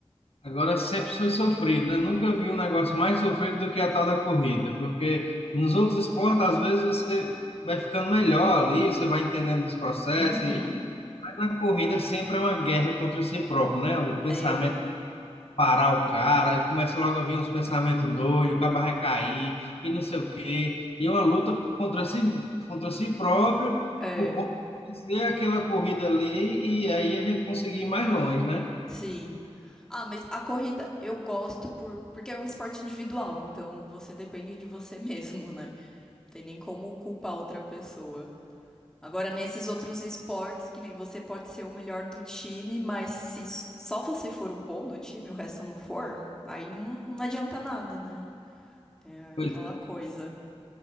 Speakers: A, on the left; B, in the centre.
A: Agora sempre foi sofrido, né? Nunca vi um negócio mais sofrido do que a tal da corrida, porque nos outros esportes, às vezes, você vai ficando melhor ali, você vai entendendo os processos,
B: Uhum.
A: e mas na corrida sempre é uma guerra contra si próprio, né? O pensamento
B: É,
A: parar o cara, aí começa logo a vir uns pensamentos doidos, o cara vai cair, e não sei o quê, e é uma luta contra si, contra si próprio,
B: é,
A: por corpo vencer aquela corrida ali, e aí a gente conseguir ir mais longe, né?
B: sim. Ah, mas a corrida eu gosto por, porque é um esporte individual, então você depende de você <laughs> mesmo, né? Tem nem como culpar outra pessoa. Agora, nesses outros esportes, que nem você pode ser o melhor do time, mas se s- só você for o bom do time e o resto não for, aí não, não adianta nada, né? É
A: Pois
B: Aquela
A: é,
B: coisa.